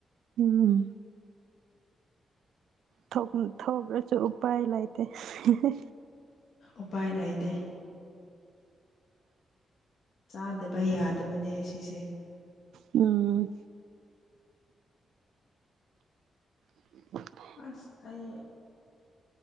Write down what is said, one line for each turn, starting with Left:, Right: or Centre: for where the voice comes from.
Right: ꯎꯝꯝ ꯊꯣꯛꯅꯤꯪ ꯊꯣꯛꯂꯖꯨ ꯎꯄꯥꯏ ꯂꯩꯇꯦ ꯍꯦ ꯍꯦ
Left: ꯎꯄꯥꯏ ꯂꯩꯇꯦ ꯆꯥꯗꯕ ꯌꯥꯗꯕꯅꯦ ꯁꯤꯁꯦ
Right: ꯎꯝꯝ <inaudible>
Left: ꯑꯁ! ꯑꯩ